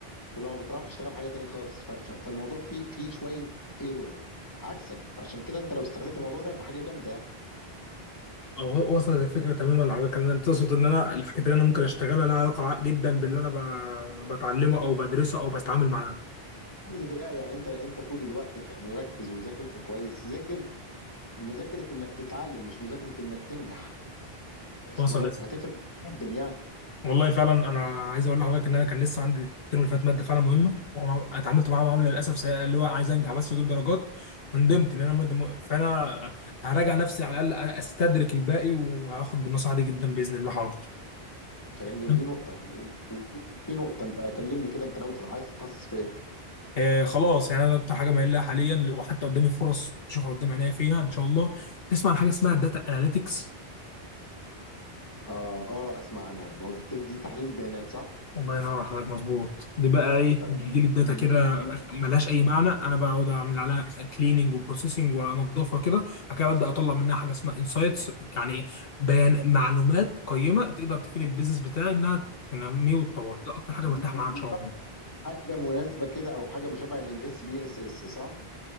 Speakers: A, on the left; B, on the left.
A: ولما بتروح بتشتغل حاجه تاني خالص ف- ف- فالموضوع فيه فيه شويه ايرور عكسك فعشان كده انت لو استغلت الموضوع ده يبقى حاجه جامده يعني
B: او وصلت الفكره تماما على كان تقصد ان انا الحاجات اللي انا ممكن اشتغلها لها علاقه جدا باللي انا ب- بتعلمه او بدرسه او بتعامل معاه
A: كل ده يعني انت انت طول الوقت يعني ركز وذاكر كويس ذاكر مذاكره انك تتعلم مش مذاكره انك تنجح واصله
B: وصلت
A: لك هتفرق جدا يعني
B: والله فعلا انا عايز اقول لحضرتك ان انا كان لسه عندي الترم اللي فات ماده فعلا مهمه واتعاملت معاها معامله للاسف سيئه اللي هو عايز انجح بس واجيب درجات وندمت ان انا ماده م... فانا هراجع نفسي على الاقل استدرك الباقي وهاخد بالنصيحه دي جدا باذن الله حاضر
A: فاهمني ودي
B: طب،
A: نقطة وفي في نقطة أنت كلمني كده أنت ناوي تت- عايز تتخصص في إيه؟
B: آه خلاص يعني انا اكتر حاجه مايل لها حاليا وحتى قدامي فرص بشوفها قدام عينيا فيها ان شاء الله تسمع عن حاجه اسمها داتا اناليتكس
A: آه آه أسمع عنها ما هو دي دي تحليل بيانات صح؟
B: الله ينور على حضرتك مظبوط دي بقى ايه
A: آه،
B: بيجي
A: ده
B: لي الداتا
A: من
B: كده
A: ال SPSS.
B: ملهاش اي معنى انا بقعد اعمل عليها كليننج وبروسيسنج وانضفها كده بعد كده ابدا اطلع منها حاجه اسمها انسايتس يعني بيان معلومات قيمه تقدر تفيد البيزنس بتاعي انها تنميه وتطور ده اكتر
A: أيوه،
B: حاجه مرتاح
A: أيوه،
B: معاها ان
A: بالظبط.
B: شاء الله
A: حاجة مناسبة كده أو حاجة مشابهة للاس بي اس اس صح؟